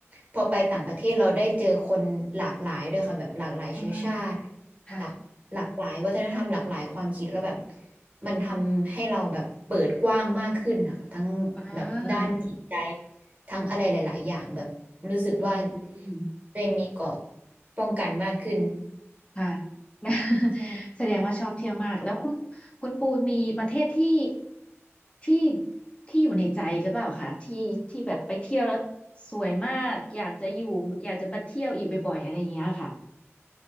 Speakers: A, on the right; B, on the left.
A: พอไปต่างประเทศเราได้เจอคนหลากหลายด้วยค่ะแบบหลากหลายเชื้อชาติ
B: อ่าค่ะ
A: หลากหลากหลายวัฒนธรรมหลากหลายความคิดแล้วแบบมันทำให้เราแบบเปิดกว้างมากขึ้นนะคะทั้งแบบด้านจิตใจ
B: อ่า
A: ทั้งอะไรหลายๆอย่างแบบรู้สึกว่า
B: อืมอืม
A: ตัวเองมีเกราะป้องกันมากขึ้น
B: ค่ะ <laughs>
A: ใช่
B: แสดงว่าชอบเที่ยวมากแล้วคุณคุณปูนมีประเทศที่ที่ที่อยู่ในใจหรือเปล่าคะที่ที่แบบไปเที่ยวแล้วสวยมากอยากจะอยู่อยากจะมาเที่ยวอีกบ่อยๆอะไรอย่างเงี้ยค่ะ